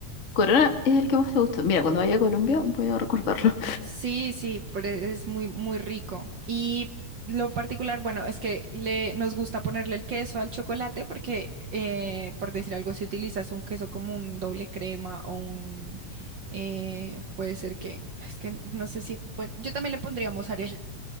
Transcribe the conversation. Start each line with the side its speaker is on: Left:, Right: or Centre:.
Left: Corona es el que más te gusta. Mira, cuando vaya a Colombia voy a recordarlo.
Right: Sí, sí, pero es muy, muy rico. Y lo particular, bueno, es que le, nos gusta ponerle el queso al chocolate porque, eh, por decir algo, si utilizas un queso como un doble crema o un, eh, puede ser que, es que no sé si, bueno, yo también le pondría mozzarella.